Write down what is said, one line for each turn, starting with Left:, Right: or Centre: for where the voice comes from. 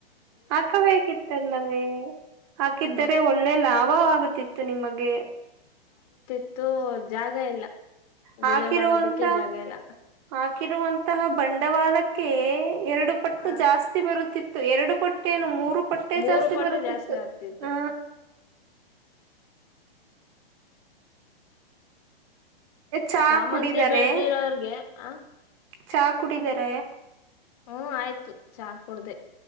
Right: ಹಾಕಬೇಕಿತ್ತಲ್ಲವೇ ಹಾಕಿದ್ದರೆ
Left: ಹ
Right: ಒಳ್ಳೆ ಲಾಭವಾಗುತ್. ತಿತ್ತು ನಿಮಗೆ.
Left: ಇತ್ತು ಜಾಗ ಇಲ್ಲ
Right: ಹಾಕಿರುವಂತ
Left: ಬೆಳೆ ಮಾಡೋದಕ್ಕೆ ಜಾಗ ಇಲ್ಲ
Right: ಹಾಕಿರುವಂತಹ ಬಂಡವಾಳಕ್ಕೆ. ಎರಡು ಪಟ್ಟು
Left: ಹ
Right: ಜಾಸ್ತಿ ಬರುತ್ತಿತ್ತು ಎರಡು ಪಟ್ಟು. ಪಟ್ಟೇನು ಮೂರು ಪಟ್ಟೆ
Left: ಮೂರು
Right: ಜಾಸ್ತಿ
Left: ಪಟ್ಟು
Right: ಬರುತ್ತಿತ್ತು
Left: ಜಾಸ್ತಿ ಆಗ್ತಿತ್ತು
Right: ಹ. ಚಾ
Left: ಚಾಮಂತಿ
Right: ಕುಡಿದರೆ
Left: ಬೆಳದಿರ ಅವ್ರಗೆ ಆ.
Right: ಚಾ ಕುಡಿದಾರ.
Left: ಹೂ ಆಯ್ತು ಚಾ ಕುೂಡ್ದ